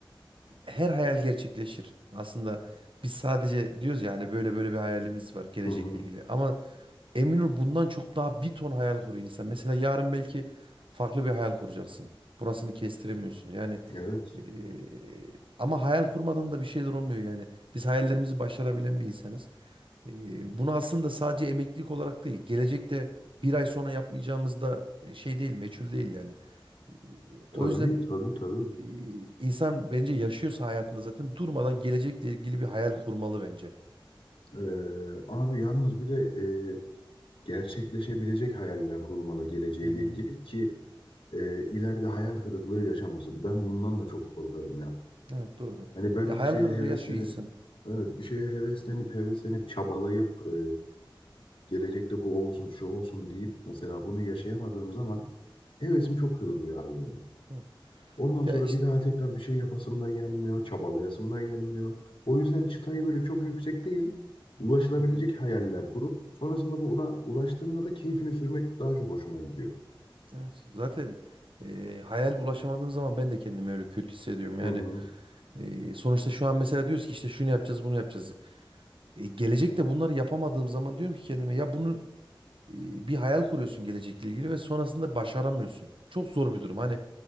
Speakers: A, on the right (about 70°); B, on the left (about 75°).
A: her hayal gerçekleşir. Aslında biz sadece diyoruz ya hani böyle böyle bir hayalimiz var gelecekle
B: Hı hı.
A: ilgili. Ama emin ol bundan çok daha bir ton hayal kuruyor insan. Mesela yarın belki farklı bir hayal kuracaksın. Burasını kestiremiyorsun. Yani
B: Evet.
A: e, ama hayal kurmadan da bir şeyler olmuyor yani. Biz hayallerimizi başarabilen bir insanız. E, bunu aslında sadece emeklilik olarak değil, gelecekte bir ay sonra yapmayacağımız da e, şey değil, meçhul değil yani. E, O
B: Tabii
A: yüzden
B: tabii tabii.
A: e, insan bence yaşıyorsa hayatında zaten durmadan gelecekle ilgili bir hayal kurmalı bence.
B: Ee, abi yalnız bir de e, gerçekleşebilecek hayaller kurmalı geleceğiyle
A: Hı hı.
B: ilgili ki e, ileride hayal kırıklığı yaşamasın. Ben bundan da çok korkarım ya.
A: Evet doğru.
B: Hani ben
A: Ya hayal
B: bir şeye
A: kırıklığı
B: heveslenip
A: yaşıyor insan.
B: evet bir şeye heveslenip heveslenip çabalayıp e, gelecekte bu olsun şu olsun deyip mesela bunu yaşayamadığım zaman hevesim çok kırılıyor abi benim.
A: Hı.
B: Ondan sonra
A: Ya işte
B: bir daha tekrar bir şey yapasım da gelmiyor, çabalayasım da gelmiyor. O yüzden çıtayı böyle çok yüksek değil, ulaşılabilecek
A: hı hı.
B: hayaller kurup sonrasında buna ulaştığında da keyfini sürmek daha çok hoşuma gidiyor.
A: Evet, zaten e, hayal ulaşamadığım zaman ben de kendimi öyle kötü hissediyorum. Yani
B: Hı hı.
A: e, sonuçta şu an mesela diyoruz ki işte şunu yapacağız, bunu yapacağız. E, gelecekte bunları yapamadığım zaman diyorum ki kendime ya bunu e, bir hayal kuruyorsun gelecekle ilgili ve sonrasında başaramıyorsun. Çok zor bir durum. Hani